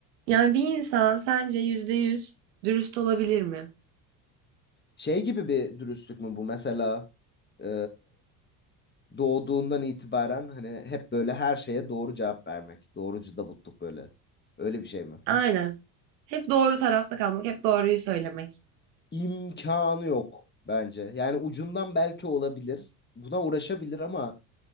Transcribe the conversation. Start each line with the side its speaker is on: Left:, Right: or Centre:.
Right: Yani bir insan sence yüzde yüz dürüst olabilir mi?
Left: Şey gibi bir dürüstlük mü bu mesela e, doğduğundan itibaren hani hep böyle her şeye doğru cevap vermek. Doğrucu Davutluk böyle. Öyle bir şey mi?
Right: Aynen. Hep doğru tarafta kalmak, hep doğruyu söylemek.
Left: İmkanı yok bence. Yani ucundan belki olabilir. Buna uğraşabilir ama